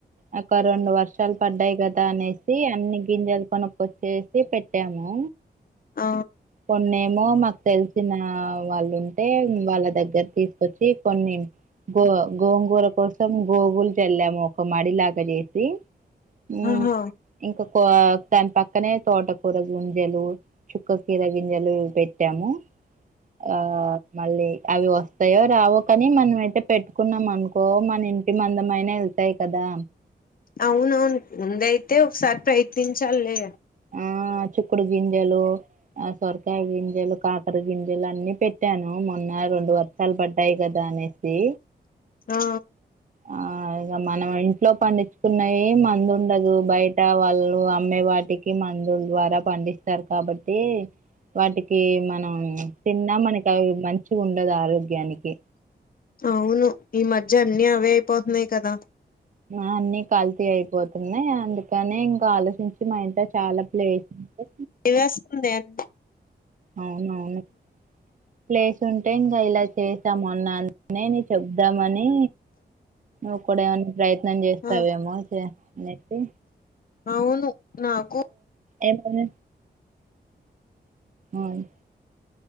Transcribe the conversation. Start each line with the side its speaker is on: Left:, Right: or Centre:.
Right: ఒక రెండు వర్షాలు పడ్డాయి గదా అనేసి, అన్ని గింజలు కొనుకొచ్చేసి పెట్టామూ.
Left: ఆ
Right: కొన్నేమో నాక్ తెలిసినయా వాళ్ళుంటే, వాళ్ళ దగ్గర తీసుకొచ్చి కొన్ని గో గోంగూర కోసం గోగుల్కెల్లాము ఒక మడిలాగ జేసి ఊ,
Left: ఆహా
Right: ఇంకొకా దాని పక్కనే తోటకూర గుంజలూ చుక్క కీర గింజలూ పెట్టాము. ఆ మళ్ళీ అవి వస్తయో రావొ కనీ, మనమ్ అయితే పెట్టుకున్నాం అనుకో, మన ఇంటి మందమైన ఎల్ తై కదా.
Left: అవునవును, ముందైతే ఒకసారి ప్రయత్నించాలి లే
Right: ఆ చుక్కుడు గింజలూ ఆ సొరకాయ్ గింజలు, కాకర గింజలు అన్ని పెట్టాను. మొన్న రెండు వ ర్షాల్ బడ్డాయి గదా అనేసీ
Left: ఆ
Right: ఆ ఇగ మనం ఇం ట్లో పండిచ్చుకున్నయి ఏ మందు ఉండదు. బయట వాళ్ళు అమ్మే వాటికి మందుల ద్వారా పండిస్తరు. కాబట్టీ, వాటికీ మనం తిన్నా, మనకి అవి మంచిగ ఉండదు ఆరోగ్యానికి.
Left: అవును, ఈ మజ్య అన్నీ అవే అయిపోతున్నాయి కదా.
Right: ఆ అన్ని కల్తీ అయిపోతున్నయి. అందుకనే ఇంకా ఆలోచించి, మా ఇంత చాలా ప్లేస్ ఉంటే
Left: ఇవ్వేస్తుంది ఏం
Right: అవునవును, ప్లేస్ ఉంటే ఇంగ ఇలా చేసాం మొన్న నే నీక్ చెప్దామనీ ఒక్కడే అన్ ప్రయత్నం జేస్తావేమో!
Left: ఆ
Right: చెయ్ అనేసి
Left: అవును నాకు
Right: ఏం కర్రీ? ఆయ్